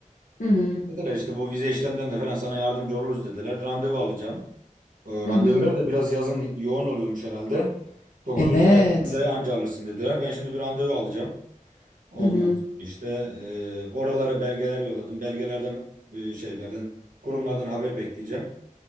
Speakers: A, on the left; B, on the right.
A: Hı hı,
B: Dediler işte bu vize işlemlerinde falan sana yardımcı oluruz dediler. Randevu alacağım. E,
A: hı
B: randevular
A: hı.
B: da biraz yazın yoğun oluyormuş herhalde. Dokuzuncu
A: Evet.
B: ay dokuzuncu ay anca alırsın dediler. Ben şimdi bir randevu alacağım. Ondan
A: Hı hı,
B: sonra işte e, oralara belgeler yolladım. Belgelerden e, şeylerden kurumlardan haber bekleyeceğim.